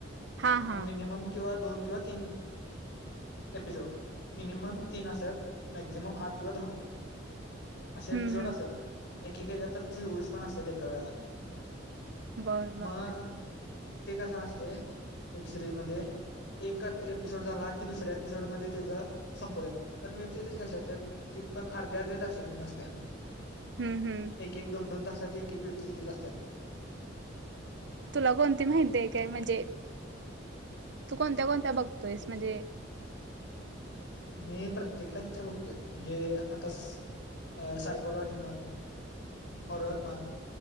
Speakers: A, on the right; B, on the left.
A: हा हा
B: आणि मिनिमम किंवा दोन किंवा तीन एपिसोड मिनिमम तीन असत्यात, मॅक्झिमम आठ किंवा दहा. असे एपिसोड
A: हम्म हम्म
B: असत्यात एक एक हेच्यात तर चोवीस पण असत्यात एका वेळेला.
A: बर बर
B: मग ते कसं असतय वेबसिरीज मदे एक एपिसोड झाला की दुसऱ्या एपिसोडमध्ये तेचं संपवत्यात पण, वेबसिरीज कशी असत्यात एक पण अर्ध्या अर्ध्या तासांची नसत्या
A: हम्म हम्म
B: एक एक दोन दोन तासांची एक एक वेब सिरीज असत्यात.
A: तुला कोणती माहितीय काय म्हण्जे? तू कोणत्या कोणत्या बघतोयस म्हण्जे
B: मी प्रत्येक टाईपच बघतोय म्हण्जे आता स सायकलॉजी म्हण, हॉरर म्हण